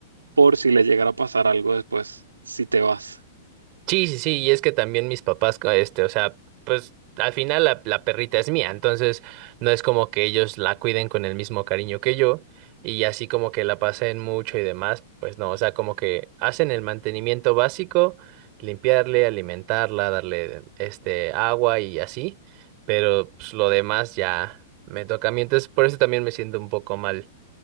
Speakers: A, on the right; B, on the right.
A: por si le llegara a pasar algo después, si te vas.
B: Sí, sí, sí, y es que también mis papás, co- este, o sea, pues al final la, la perrita es mía, entonces no es como que ellos la cuiden con el mismo cariño que yo y así como que la pasen mucho y demás, pues no, o sea, como que hacen el mantenimiento básico, limpiarle, alimentarla, darle este agua y así, pero pues, lo demás ya me toca a mí, entonces por eso también me siento un poco mal.